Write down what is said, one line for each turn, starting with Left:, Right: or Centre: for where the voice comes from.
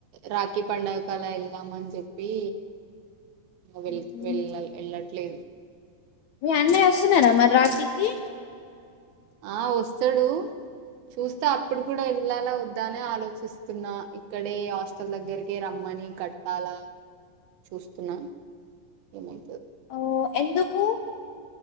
Right: రాఖీ పండుగ కలా వెళ్దామని చెప్పి వెళ్
Left: ఉమ్.
Right: వెళ్ళ వెళ్ళట్లేదు
Left: మీ అన్నయ వస్తున్నారా మరి రాఖీకి
Right: ఆ వస్తాడు చూస్తే అప్పుడు కూడా వెళ్ళాలా వద్దానే ఆలోచిస్తున్నా ఇక్కడే హాస్టల్ దగ్గరికే రమ్మని కట్టాలా చూస్తున్నా ఏమై
Left: ఓ ఎందుకు